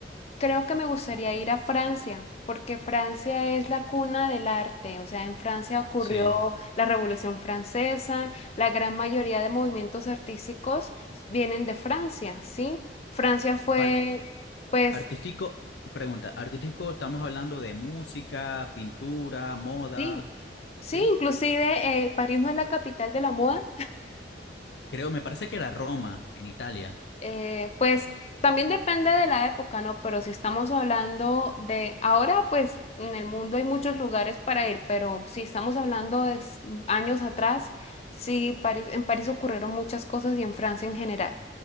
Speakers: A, on the left; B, on the left.
A: creo que me gustaría ir a Francia, porque Francia es la cuna del arte. O sea, en Francia ocurrió
B: Sí.
A: la Revolución Francesa, la gran mayoría de movimientos artísticos vienen de Francia, ¿sí? Francia fue,
B: Par-
A: pues,
B: Artístico, pregunta, artístico estamos hablando de música, pintura, moda,
A: sí, sí,
B: ¿sí?
A: inclusive eh, París no es la capital de la moda
B: Creo, me parece que era Roma, en Italia.
A: Eh, pues también depende de la época, ¿no? Pero si estamos hablando de ahora, pues en el mundo hay muchos lugares para ir, pero si estamos hablando de s- años atrás, sí, París, en París ocurrieron muchas cosas y en Francia en general.